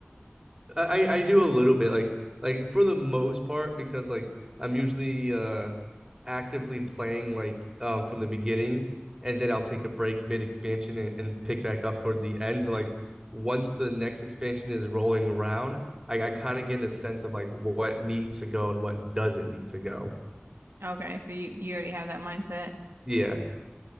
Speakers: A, on the right; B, on the right.
A: I I
B: Oh,
A: I do a little bit like like for the most part because like I'm usually uh actively playing like um from the beginning and then I'll take a break mid expansion and, and pick back up towards the end. So like once the next expansion is rolling around, I, I kind of get a sense of like what needs to go and what doesn't need to go.
B: okay. So you, you already have that mindset.
A: Yeah,